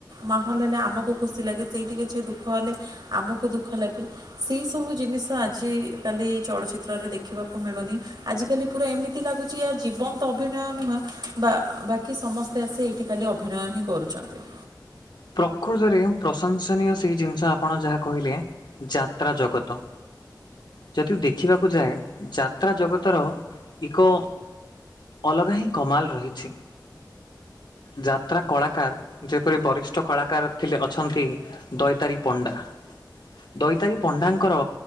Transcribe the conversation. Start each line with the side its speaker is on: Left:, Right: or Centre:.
Right: ମାହୋଲ ହେଲେ ଆମକୁ ଖୁସି ଲାଗେ ସେଇଠି କିଛି ଦୁଃଖ ହେଲେ ଆମକୁ ଦୁଃଖ ଲାଗେ। ସେଇ ସବୁ ଜିନିଷ ଆଜିକାଲି ଚଳଚିତ୍ରରେ ଦେଖିବାକୁ ମିଳୁନି। ଆଜିକାଲି ପୁରା ଏମିତି ଲାଗୁଛି ଆ ଜୀବନ୍ତ ଅଭିନୟ ନୁହେଁ ବା ବାକି ସମସ୍ତେ ଆସି ଏଇଠି ଖାଲି ଅଭିନୟ ହିଁ କରୁଛନ୍ତି।
Left: ପ୍ରକୃତରେ ପ୍ରଶଂସନୀୟ ସେଇ ଜିନିଷ ଆପଣ ଯାହା କହିଲେ। ଯାତ୍ରା ଜଗତ। ଯଦି ଦେଖିବାକୁ ଯାଏ ଯାତ୍ରା ଜଗତର ଏକ ଅଲଗା ହିଁ କମାଲ ରହିଛି। ଯାତ୍ରା କଳାକାର ଯେପରି ବରିଷ୍ଠ ଷ୍ଟ କଳାକାର ଥିଲେ ଅଛନ୍ତି ଦୈତାରୀ ପଣ୍ଡା। ଦୈତାରୀ ପଣ୍ଡାଙ୍କର